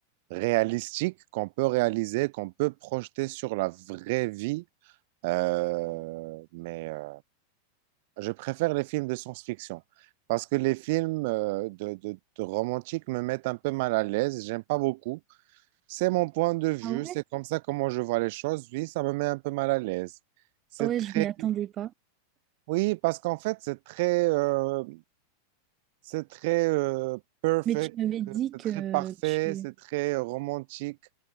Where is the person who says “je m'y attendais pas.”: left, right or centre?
Right